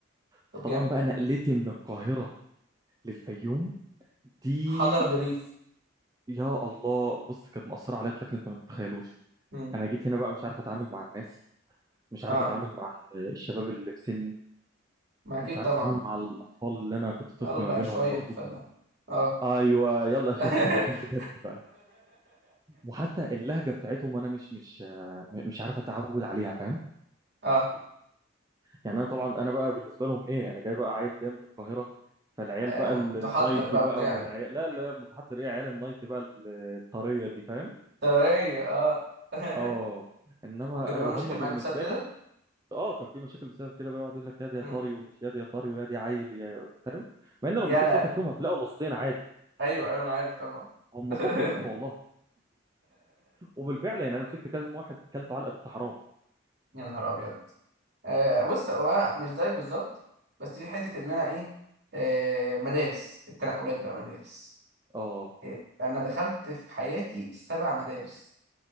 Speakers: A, on the right; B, on the right.
A: طب
B: فطبعا
A: جامد
B: بقى نقلتي من القاهره للفيوم دي
A: حضر لريف
B: يا الله بص كانت مأثره عليا بشكل انت ما تتخيلوش
A: امم
B: انا جيت هنا بقى مش عارف اتعامل مع الناس مش عارف
A: اه
B: اتعامل مع الشباب اللي في سني
A: ما اكيد
B: مش عارف
A: طبعا
B: اتعامل مع الاطفال اللي انا كنت طفل
A: يلا
B: ما بينهم
A: شويه
B: برضو
A: فله اه
B: ايوه يلا يا شباب
A: <laughs>
B: <laughs> الحين بجد بقى وحتى اللهجه بتاعتهم انا مش مش آه، مش عارف اتعود عليها فاهم
A: اه
B: يعني انا طبعا انا بقى بالنسبه لهم ايه انا جاي بقى عيل جاي من القاهره فالعيال
A: آه،
B: بقى
A: متحضر
B: ال- النايتي
A: بقى
B: بقى
A: وبتاع
B: والعيال لا لا متحضر ايه عيال النايتي بقى ال- الطريه دي فاهم
A: طبيعية اه <laughs>
B: اه انما
A: وكان
B: أنا-
A: بيعمل
B: وهم
A: مشاكل معاك
B: بالنسبه
A: بسبب كده
B: لي اه كان في مشاكل بسبب كده بقى يقعد يقول لك يا دي يا
A: مم.
B: طري ومش يا دي يا طري ويا دي عيل يا فاهم مع ان لو
A: يلا
B: مسكت واحد فيهم هتلاقوا نصين عادي
A: ايوه ايوه انا عارف طبعا
B: هم
A: <laughs>
B: بق بس والله وبالفعل يعني انا مسكت كذا واحد كلته علقه بنت حرام
A: يا نهار ابيض آه بص هو مش زيك بالظبط بس في حته ان انا ايه آه مدارس التنقلات بقى مدارس
B: اه
A: إيه، انا دخلت في حياتي سبع مدارس